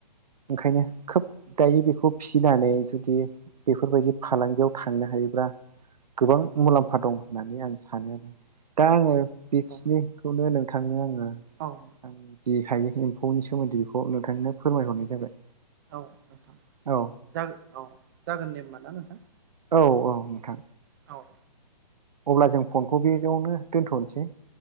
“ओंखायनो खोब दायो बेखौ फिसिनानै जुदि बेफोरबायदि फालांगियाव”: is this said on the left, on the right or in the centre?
Right